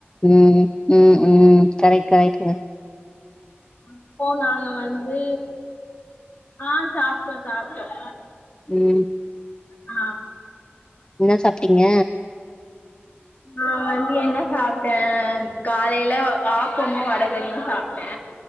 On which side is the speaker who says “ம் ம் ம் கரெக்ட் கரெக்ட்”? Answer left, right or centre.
Left